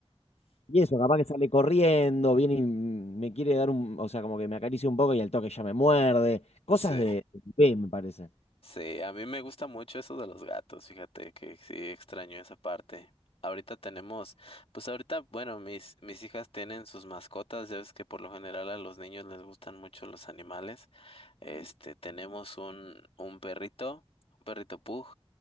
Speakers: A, on the left; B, on the left.
A: Y eso, capaz que sale corriendo, viene y me quiere dar un, o sea, como que me acaricia un poco y al toque ya me muerde. Cosas
B: Sí,
A: de de bebé, me parece.
B: sí, a mí me gusta mucho eso de los gatos, fíjate que sí extraño esa parte. Ahorita tenemos, pues ahorita, bueno, mis, mis hijas tienen sus mascotas, ya ves que por lo general a los niños les gustan mucho los animales. Este, tenemos un, un perrito, un perrito pug,